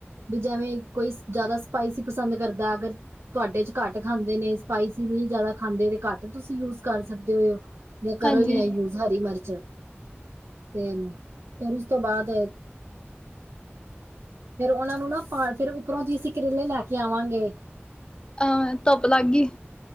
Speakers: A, on the right; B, on the left.
A: ਵੀ ਜੇਵੇਂ ਕੋਈ, ਜਿਆਦਾ ਸਪਾਈਸੀ ਪਸੰਦ ਕਰਦਾ, ਅਗਰ ਤੁਆਡੇ ਚ ਘੱਟ ਖਾਂਦੇ ਨੇ ਸਪਾਈਸੀ ਨਈ ਜਿਆਦਾ ਖਾਂਦੇ ਤੇ ਘੱਟ ਤੁਸੀ ਸੀ ਯੂਜ਼ ਕਰ ਸਕਦੇ ਓ, ਯਾ ਕਰੋ
B: ਹਾਂਜੀ
A: ਈ ਨਾ ਯੂਜ਼ ਹਰੀ ਮਰਚ, ਤੇ, ਫੇਰ ਉਸ ਤੋ ਬਾਦ ਫੇਰ ਓਨਾ ਨੂੰ ਨਾ ਫਾੜ ਕੇ, ਉਪਰੋਂ ਦੀ ਅਸੀ ਕਰੇਲੇ ਲੈ ਕੇ ਆਵਾਂਗੇ
B: ਅ, ਧੁੱਪ ਲੱਗ ਗੀ